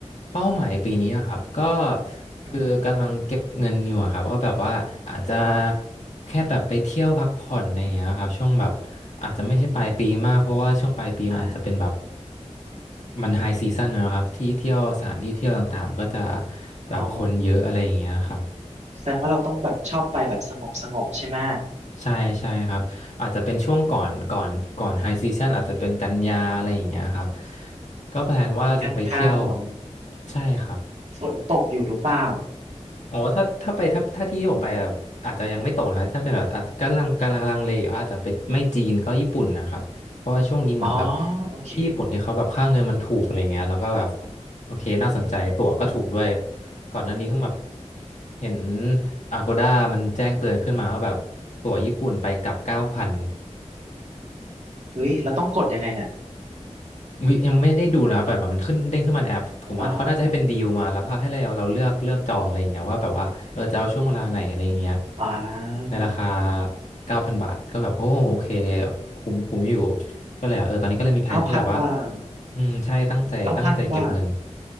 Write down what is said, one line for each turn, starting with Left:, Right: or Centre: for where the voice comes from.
Left: เป้าหมายปีนี้อะครับ ก็
Right: อืม
Left: คือกำลังเก็บเงินอยู่อะครับวอาแบบว่าอาจจะแค่แบบไปเที่ยวพักผ่อนอะไรอย่างเงี้ยครับช่วงแบบอาจจะไม่ใช่ปลายปีมากเพราะว่าช่วงปลายปีมันอาจจะเป็นแบบ
Right: อ่า
Left: มันไฮซีซั่นนะครับที่เที่ยวสถานที่เที่ยวต่างๆมันก็จะแบบคนเยอะอะไรอย่างเงี้ยครับ
Right: อ๋อ แสดงว่าเราต้องแบบชอบไปแบบสงบสงบใช่ไหม
Left: ใช่ใช่ครับอาจจะเป็นช่วงก่อนก่อนก่อนไฮซีซันอาจจะเป็นกันยาอะไรอย่างเงี้ยครับก็แพลนว่าจะไปเที่ยว
Right: กันยาเหรอ
Left: ใช่ครับ
Right: ฝนตกอยู่หรือเปล่า
Left: อ๋อถ้าถ้าไปถ้าถ้าที่ผมไปอะอาจจะยังไม่ตกนะครับถ้าเป็นแบบอาจจะกำลังกำลังลังเลอยู่ว่าอาจจะไปไม่จีนก็ญี่ปุ่นนะครับเพราะว่าช่วงนี้เหมือนแบบ
Right: อ๋อโอเค
Left: ญี่ปุ่นเนี่ยเขาแบบค่าเงินมันถูกอะไรเงี้ยแล้วก็แบบโอเคน่าสนใจตั๋วก็ถูกด้วย
Right: อืม
Left: ก่อนหน้านี้เพิ่งแบบเห็น Agoda มันแจ้งเตือนขึ้นมาว่าแบบตั๋วญี่ปุ่นไปกลับเก้าพัน
Right: เฮ้ยเราต้องกดยังไงเนี่ย
Left: อุ๊ยยังไม่ได้ดูนะแต่แบบมันขึ้นเด้งขึ้นมาในแอปผมว่าเขาน่าจะให้เป็นดีลมาแล้วก็ให้เราเราเลือกเลือกจองอะไรอย่างเงี้ยว่าแบบว่าเออจะเอาช่วงเวลาไหนอะไรอย่างเงี้ย
Right: เหรออ่า
Left: ในราคาเก้าพันบาทก็แบบโอ้โอเคคุ้มคุ้มอยู่ก็เลยอ่ะเออตอนนี้ก็เลยมีแผนที่แบบว่า
Right: เก้าพันบาท
Left: อืมใช่ตั้งใจตั้งใจเก็บเงิน
Right: เก้าพันบาท